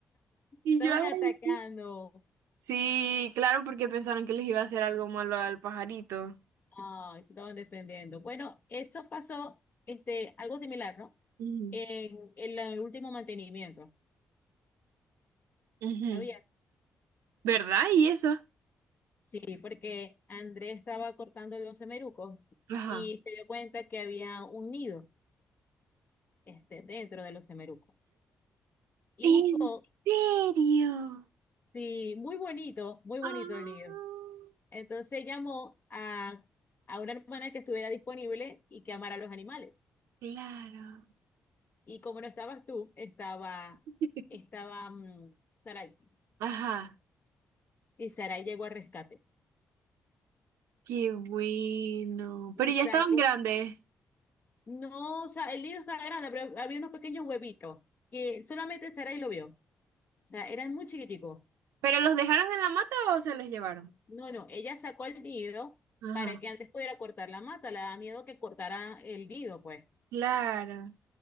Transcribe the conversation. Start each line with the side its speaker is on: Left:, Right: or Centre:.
Right: Y
Left: Estaban
Right: yo, "Ay".
Left: atacando.
Right: Sí, claro, porque pensaron que les iba a hacer algo malo al pajarito.
Left: Ay, se estaban defendiendo. Bueno, eso pasó, este, algo similar, ¿no?
Right: Ujú.
Left: En, en la- en el último mantenimiento.
Right: Ujú.
Left: ¿Sabía?
Right: ¿Verdad? ¿Y eso?
Left: Sí, porque Andrés estaba cortando los semerucos
Right: Ajá.
Left: y se dio cuenta que había un nido este, dentro de los semerucos. Y
Right: ¿En
Left: buscó,
Right: serio?
Left: sí, muy bonito, muy bonito
Right: Ah,
Left: el nido. Entonces llamó a, a una hermana que estuviera disponible y que amara a los animales.
Right: claro.
Left: Y como no estabas tú, estaba,
Right: <laughs>
Left: estaba mm, Sarai.
Right: Ajá.
Left: Y Sarai llegó al rescate.
Right: Qué bueno.
Left: Y
Right: Pero ya
Left: sacó,
Right: estaban grandes.
Left: no, o sea, el nido estaba grande, pero había unos pequeños huevitos que solamente Sarai lo vio. sea, eran muy chiquiticos.
Right: ¿Pero los dejaron en la mata o se los llevaron?
Left: No, no, ella sacó el nido
Right: Ajá.
Left: para que antes pudiera cortar la mata, le daba miedo que cortara el nido, pues.
Right: Claro.